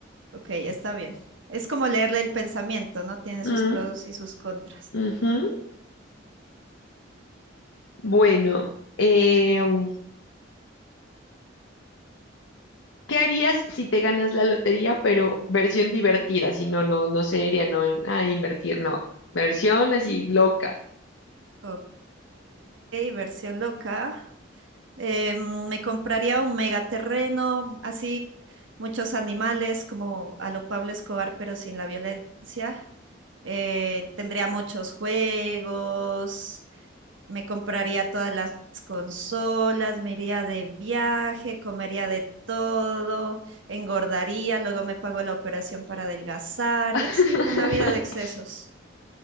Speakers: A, on the right (about 75°); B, on the left (about 80°).
A: Ok, está bien. Es como leerle el pensamiento, ¿no? Tiene
B: Mm,
A: sus pros y sus contras.
B: ujú. Bueno, em, ¿Qué harías si te ganas la lotería, pero versión divertida? Si no, no, no sería, no, en- ah, invertir, no. Versión así loca.
A: Ok, versión loca. Eh, me compraría un megaterreno, así muchos animales como a lo Pablo Escobar, pero sin la violencia. Eh, tendría muchos juegos, me compraría todas las consolas, me iría de viaje, comería de todo, engordaría, luego me pago la operación para adelgazar
B: <laughs>
A: y así, una vida de excesos.